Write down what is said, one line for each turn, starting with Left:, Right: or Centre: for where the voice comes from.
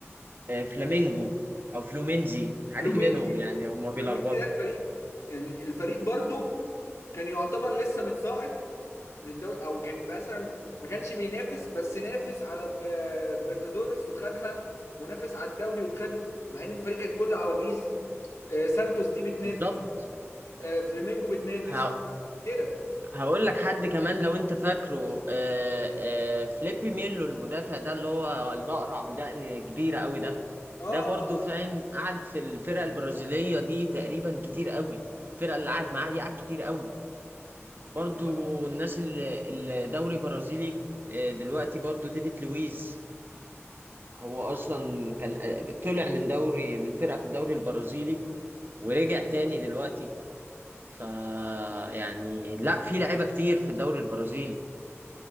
Right: آه، فلامينجو او فلومينزي حاجة
Left: فلومينسي
Right: منهم يعني هم بيلخبطوا
Left: فلومينسي ده الفريق يعني الفريق برضو كان يعتبر لسه متصاعد للدوري او كان مثلا ما كانش بينافس بس نافس على ب- بيرتادورس وخدها ونافس على الدوري وخده مع ان الفريق كان كله عواجيز آه، سانتوس دي بتنافس
Right: بالظبط
Left: آه، فلامينجو بتنافس
Right: ه-
Left: كده
Right: هقول لك حد كمان لو انت فاكره آه، آه، فليبي ميلو المدافع ده اللي هو الاقرع ابو دقن كبيرة قوي ده
Left: اه
Right: ده
Left: اه
Right: برضو
Left: آه.
Right: فاهم قعد في الفرقة البرازيلية دي تقريبا كتير قوي الفرقة اللي قعد معاها دي قعد كتير قوي برضو
Left: كان في
Right: الناس اللي الدوري برازيلي آه، دلوقتي برضو ديفيد لويز هو أصلا كان آه، طلع من دوري من فرقة في الدوري البرازيلي ورجع تاني دلوقتي ف يعني لا في لعيبة كتير في الدوري البرازيلي